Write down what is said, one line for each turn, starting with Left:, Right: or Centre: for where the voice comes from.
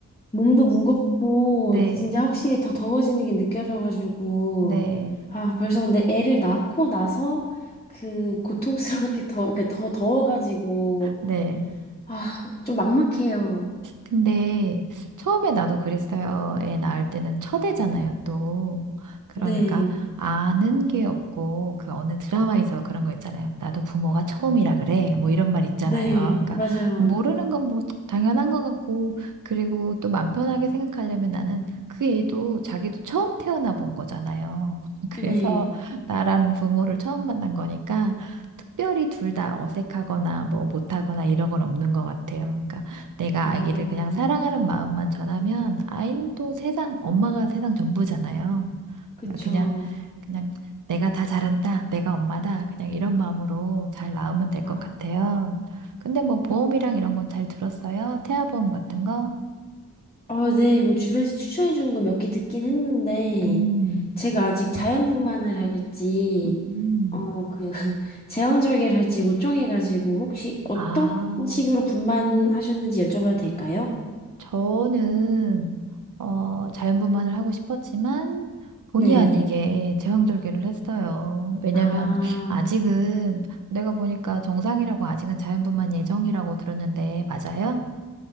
Left: 몸도 무겁고,
Right: 네,
Left: 진짜 확실히 더 더워지는 게 느껴져가지고.
Right: 네,
Left: 아, 벌써 근데 애를 낳고 나서 그 고통스럽게 더, 그러니까 더 더워가지고.
Right: 네.
Left: 아, 좀 막막해요.
Right: 근데 처음에 나도 그랬어요. 애 낳을 때는 첫애잖아요, 또. 그러니까
Left: 네.
Right: 아는 게 없고 그 어느 드라마에서 그런 거 있잖아요. 나도 부모가 처음이라 그래. 뭐 이런 말 있잖아요.
Left: 네.
Right: 그러니까
Left: 맞아요.
Right: 모르는 건 뭐 당연한 것 같고 그리고 또 맘 편하게 생각하려면 나는 그 애도 자기도 처음 태어나 본 거잖아요. <laughs> 그래서
Left: 네.
Right: 나라는 부모를 처음 만난 거니까 특별히 둘 다 어색하거나 뭐 못하거나 이런 건 없는 것 같아요. 그러니까 내가
Left: 아,
Right: 아기를 그냥 사랑하는 마음만 전하면 아이는 또 세상, 엄마가 세상 전부잖아요.
Left: 그쵸.
Right: 그러니까 그냥, 그냥 내가 다 잘한다, 내가 엄마다, 그냥 이런 마음으로 잘 낳으면 될
Left: 아.
Right: 것 같아요. 근데 뭐 보험이랑 이런 건 잘 들었어요? 태아보험 같은 거?
Left: 어, 네, 뭐 주변에서 추천해 주는 거 몇 개 듣긴 했는데,
Right: 음,
Left: 제가 아직 자연분만을 할지,
Right: 음.
Left: 어, 그, <laughs> 제왕절개를 할지 못 정해가지고, 혹시 어떤
Right: 아,
Left: 식으로 분만하셨는지 여쭤봐도 될까요?
Right: 저는 어, 자연분만을 하고 싶었지만 본의
Left: 네.
Right: 아니게 제왕절개를 했어요. 왜냐면
Left: 아,
Right: 아직은 내가 보니까 정상이라고 아직은 자연분만 예정이라고 들었는데 맞아요?